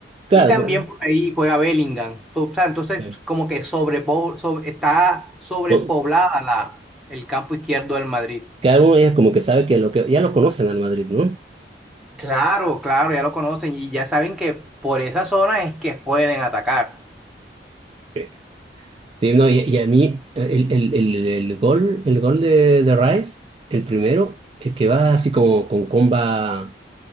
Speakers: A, on the right; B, in the centre.
A: claro,
B: Y también
A: bueno.
B: por ahí juega Bellingham. Tú- o sea, entonces,
A: ya.
B: como que sobrepo- sobre- está sobrepoblada
A: So,
B: la, el campo izquierdo del Madrid.
A: cada uno ya como que sabe que lo que ya lo conocen al Madrid, ¿no?
B: Claro, claro, ya lo conocen y ya saben que por esa zona es que pueden atacar.
A: Sí, Sí, no, y, y a mí eh, el, el, el, el gol, el gol de, de Rice, el primero, el que va así como con comba